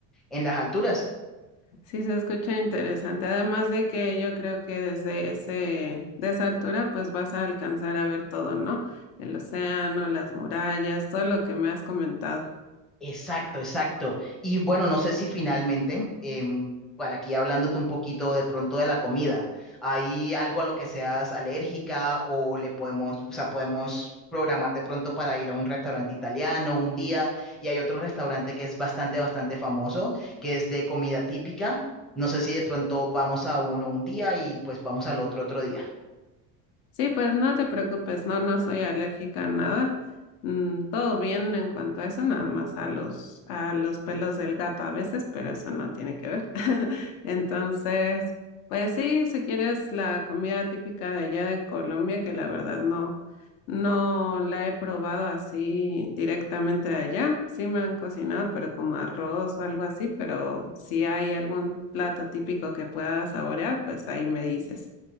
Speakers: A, in the centre; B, on the left.
A: en las alturas.
B: Sí, se escucha interesante. Además de que yo creo que desde ese, de esa altura pues vas a alcanzar a ver todo, ¿no? El océano, las murallas, todo lo que me has comentado.
A: Exacto, exacto. Y bueno, no sé si finalmente, em, para aquí hablándote un poquito de pronto de la comida, ¿hay algo a lo que seas alérgica o le podemos, o sea, podemos programar de pronto para ir a un restaurante italiano un día? Y hay otro restaurante que es bastante, bastante famoso, que es de comida típica. No sé si de pronto vamos a uno un día y pues vamos al otro otro día.
B: Sí, pues no te preocupes, no, no soy alérgica a nada. Mm, todo bien en cuanto a eso, nada más a los, a los pelos del gato a veces, pero eso no tiene que ver. <laughs> Entonces, pues sí, si quieres la comida típica de allá de Colombia, que la verdad no, no la he probado así directamente de allá. Sí me han cocinado, pero como arroz o algo así, pero si hay algún plato típico que pueda saborear, pues ahí me dices.